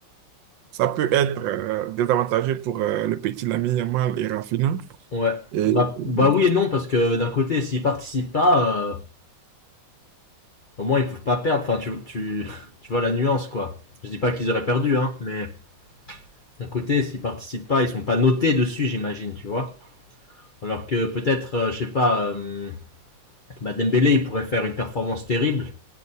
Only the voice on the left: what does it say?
Ouais.
Bah, bah oui et non, parce que d'un côté, s'ils participent pas, euh, au moins ils peuvent pas perdre. Enfin, tu, tu, <laughs> tu vois la nuance, quoi. Je dis pas qu'ils auraient perdu, hein, mais d'un côté, s'ils participent pas, ils sont pas notés dessus, j'imagine, tu vois. Alors que peut-être, euh, je sais pas, euh, bah Dembélé, il pourrait faire une performance terrible,